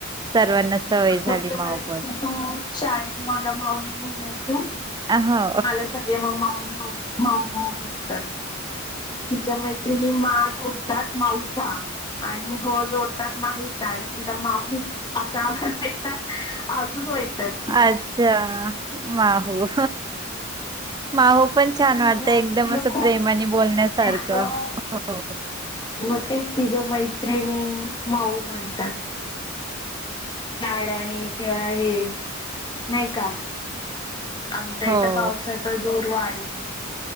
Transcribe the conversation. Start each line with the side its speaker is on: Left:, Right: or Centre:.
Right: सर्वांना सवय
Left: फक्त
Right: झाली माऊ
Left: मला म्हणते
Right: बोलायची
Left: तू शाळेत मला माऊ नाही म्हणायच?
Right: हो
Left: मला सगळे मग माऊ माऊ माऊ माऊ करतात. आता तिच्या मैत्रिणी मा जोडतात माऊचा? आणि ह जोडतात माहीचा आणि तिला माहू असा आवाज नाही का अजून वैताग.
Right: अच्छा माहू माहू. पण छान
Left: हा
Right: वाटतंय
Left: लहान
Right: एकदम
Left: मुलं
Right: असं
Left: खूप
Right: प्रेमाने बोलण्यासारखं
Left: हा
Right: हो.
Left: मग तेच तिझ्या मैत्रिणी माहु म्हणतात. लाडाने किंवा हे नाही का? आमच्या इथं
Right: हो
Left: पावसाचा जोर वाढला.